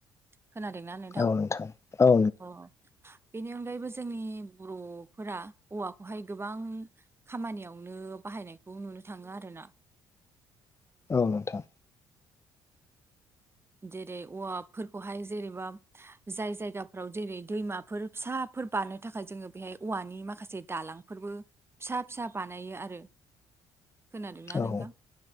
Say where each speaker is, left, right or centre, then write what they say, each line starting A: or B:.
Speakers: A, on the right (about 20°); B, on the left (about 25°).
A: खोनादोंना नोंथां
B: औ औ
A: अ बेनि अनगायैबो जोंनि बर'फोरा औवाखौहाय गोबां खामानियावनो बाहायनायखौ नुनो थाङो आरो ना
B: औ नोंथां
A: जेरै औवाफोरखौहाय जेनेबा जाय जायगाफोराव जेरै दैमाफोर फिसाफोर बारनो थाखाय जोङो बेहाय औवानि माखासे दालां फोरबो फिसा फिसा बानायो आरो खोनादोंना
B: औ
A: नोंथां